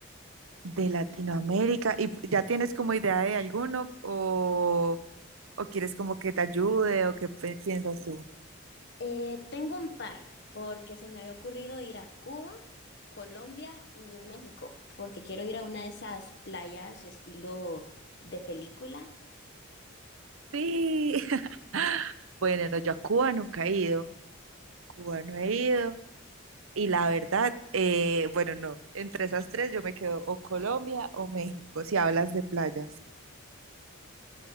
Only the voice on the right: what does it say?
de Latinoamérica? ¿Y p- ya tienes como idea de alguno o, o quieres como que te ayude o qué pe- piensas tú?
Sí. <laughs> Bueno, no, yo a Cuba nunca he ido. Cuba no he ido. Y la verdad, eh, bueno, no, entre esas tres yo me quedo o Colombia o México, si hablas de playas.